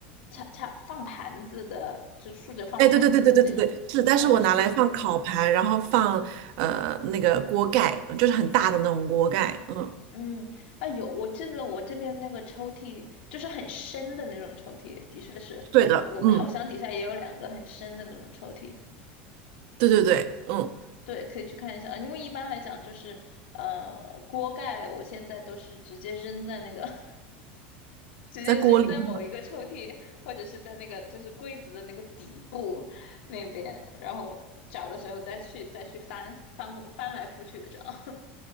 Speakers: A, on the left (about 80°); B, on the right (about 60°).
A: 恰恰放盘子的，就竖着放盘子的那种
B: 哎，对对对对对对对，是，但是我拿来放烤盘，
A: 啊。
B: 然后放呃那个锅盖，就是很大的那种锅盖，嗯，
A: 嗯，啊有，我这个我这边那个抽屉就是很深的那种抽屉，的确是我我烤箱底下也有两个很深的那种抽屉，
B: 对的，嗯，对对对，嗯，
A: 对，可以去看一下。啊因为一般来讲就是呃锅盖，我现在都是直接扔在那个 <laughs> 直接扔在某一个抽屉，
B: 在锅里。
A: 或者是在那个就是柜子的那个底部那边，然后找的时候再去再去翻翻过翻来覆去的找。<laughs>